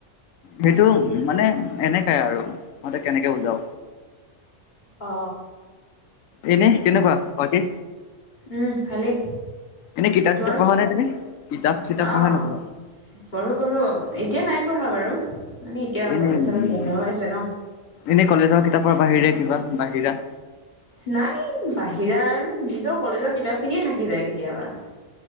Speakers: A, on the left; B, on the left.
A: সেইটো মানে এনেকে আৰু মই এতিয়া কেনেকে বুজাও,
B: অ,
A: এনেই কেনেকুৱা বাকী?
B: উম, ভালেই
A: এনেই কিতাপ
B: তোমাৰ
A: চিতাপ পঢ়া নাই তুমি, কিতাপ চিতাপ
B: অ',
A: পঢ়া নপঢ়া?
B: পঢ়ো পঢ়ো এতিয়া নাই পঢ়া বাৰু মানে এতিয়া
A: এনেই
B: কলেজ চলেজ বন্ধ হৈ আছে ন,
A: এনেই কলেজৰ কিতাপৰ বাহিৰে কিবা বাহিৰা?
B: নাই বাহিৰা আৰু নিজৰ কলেজৰ কিতাপ খিনিয়ে থাকি যায় কেতিয়াবা।